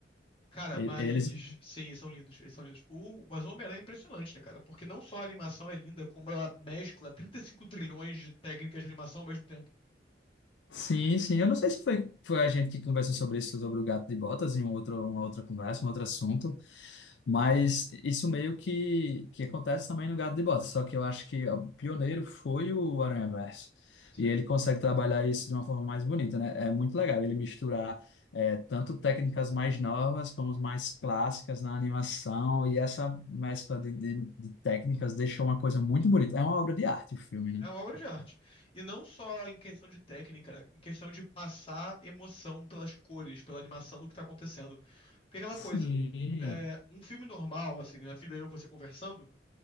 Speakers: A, on the left; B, on the left.
A: Cara,
B: E-
A: mas
B: Eles.
A: sim, eles são lindos, eles são lindos. O, mas o Homem-Aranha é impressionante, né, cara? Porque não só a animação é linda, como ela mescla 35 trilhões de técnicas de animação ao mesmo tempo.
B: Sim, sim. Eu não sei se foi, foi a gente que conversou sobre isso, sobre o Gato de Botas, em um outro, uma outra conversa, um outro assunto. Mas isso meio que, que acontece também no Gato de Botas, só que eu acho que o pioneiro foi o Aranhaverso.
A: Sim.
B: E ele consegue trabalhar isso de uma forma mais bonita, né? É muito legal ele misturar eh, tanto técnicas mais novas como as mais clássicas na animação, e essa mescla de, de, de técnicas deixou uma coisa muito bonita. É uma obra de arte o filme, né?
A: É uma obra de arte. E não só em questão de técnica, né? em questão de passar emoção pelas cores, pela animação do que tá acontecendo. Porque é aquela
B: Sim.
A: coisa, é, um filme normal, assim, na vida eu e você conversando,